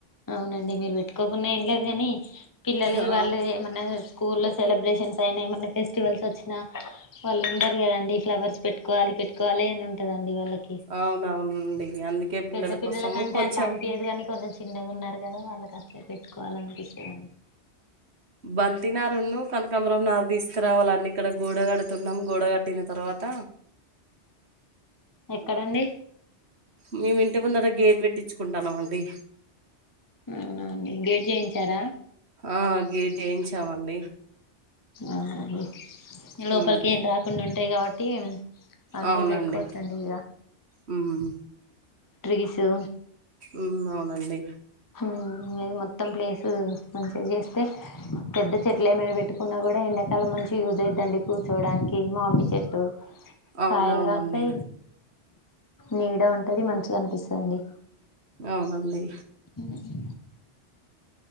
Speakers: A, on the left; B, on the right.
A: అవునండి మీరు పెట్టుకోకున్నా ఏం లేదు గానీ పిల్లలు
B: ఆ
A: వాళ్ళు ఏమన్నా. స్కూల్లో సెలబ్రేషన్స్ అయినా ఏమన్నా ఫెస్టివల్స్ వచ్చినా. వాళ్ళు ఉండరు గదండి ఫ్లవర్స్ పెట్టుకోవాలి పెట్టుకోవాలి అని ఉంటదండి వాళ్ళక్.
B: అవునవునండి అందుకే
A: పెద్ద పిల్లల
B: కోసం
A: కంటే
B: కొంచెం
A: అట్ల అనిపియ్యదు కాని కొంత చిన్నగా ఉన్నారు కదా వాళ్ళకి అట్లా పెట్టుకోవాలనిపిస్తది
B: బంతినారున్న కనకాంబరం నార్ తీసుకురావాలండి ఇక్కడ గోడ కడుతున్నాం గోడ కట్టిన తర్వాత
A: ఎక్కడండి
B: మేము ఇంటే ముందట గేట్ పెట్టించుకుంటాన్నాం అండి
A: అవునండి గేట్ చేయించారా
B: ఆ గేట్ చేయించమండి
A: ఆహా అండి
B: హ్మ్
A: లోపలికి ఏం రాకుండా ఉంటాయి కాబట్టి అన్నీ
B: అవునండి
A: పెట్కోచ్చండి ఇగ
B: హ్మ్
A: ట్రీసు
B: ఉ అవునండి
A: ఊ మీది మొత్తం ప్లేస్ మంచిగా చేస్తే పెద్ద చెట్లు ఏమైనా పెట్టుకున్నా కూడా ఎండాకాలం మంచి యూజయిద్దండి కూర్చోవడానికి మామిడి చెట్
B: అవునవునండి
A: కాయలుగాస్తాయి నీడ ఉంటది మంచిగా అనిపిస్తదండి
B: అవునండి
A: ఉహు